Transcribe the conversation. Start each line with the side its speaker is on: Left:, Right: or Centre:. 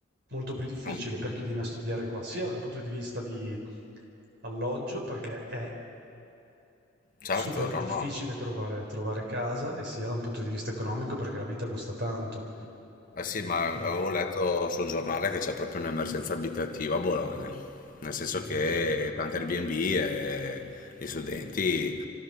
Right: molto più difficile
Left: Eh,
Right: per chi viene a studiare qua, sia da un punto di vista di alloggio, perché è
Left: certo,
Right: super
Left: no,
Right: difficile
Left: no.
Right: trovare, trovare casa, e sia da un punto di vista economico, perché la vita costa tanto.
Left: Eh sì, ma avevo
Right: E...
Left: letto sul giornale che c'è proprio un'emergenza abitativa a Bologna, nel senso
Right: Sì,
Left: che
Right: sì.
Left: tante Airbnb e gli studenti